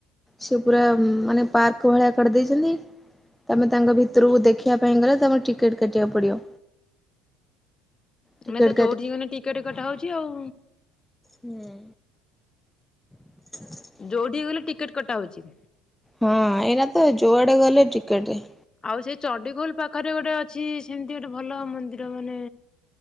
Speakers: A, in the centre; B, on the left.
A: ସେ ପୁରା ମାନେ ପାର୍କ ଭଳିଆ କରିଦେଇଚନ୍ତି। ତମେ ତାଙ୍କ ଭିତ ଭିତରକୁ ଦେଖିବା ପାଇଁ ଗଲେ ତମର ଟିକେଟ୍ କାଟିବାକୁ ପଡିବ। ଟିକେଟ୍
B: ଏଇନା ତ ଯୋଉଠିକ ଗଲେ ଟିକେଟ କଟା ହଉଚି ଆଉ।
A: ହୁଁ। ହ
B: ଯୋଉଠିକି ଗଲେ ଟିକେଟ କଟା ହଉଛି।
A: ହଁ, ଏଇନା ତ ଯୋଆଡେ ଗଲେ ଟିକେଟେ।
B: ଆଉ ସେ ଚଣ୍ଡିଖୋଲ ପାଖରେ ଗୋଟେ ଅଛି। ସିମିତି ଗୋଟେ ଭଲ ମନ୍ଦିର ମାନେ